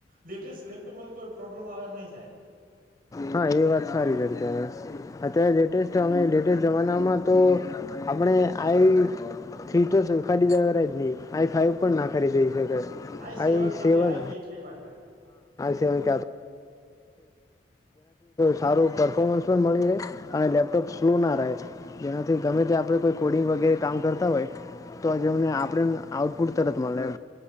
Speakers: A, on the right; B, on the left.
A: લેટેસ્ટ લેપટોપમાં તો કોઈ પ્રોબ્લેમ આવે એમ નહી સાહેબ.
B: હા એ વાત સારી કરી તમે અત્યારે લેટેસ્ટ અમે લેટેસ્ટ જમાનામાં. તો આપણે આઈ થ્રી તો ખરીદેરા જ નહી આઈ ફાઈવ પણ ના ખરીદી શ
A: આઈ કા
B: <unintelligible> સેવન
A: તો આઈ એટ લેવાય સાહેબ
B: <unintelligible> <unintelligible> જેનાથી સારું પરફોર્મન્સ પણ મળી રહે અને લેપટોપ <unintelligible> રહે જેનાથી ગમે તે. આપ કોઈ કોડિંગ વગેરે કામ કરતા હોય તો આજમને આપણેને આઉટપુટ તરત મળે.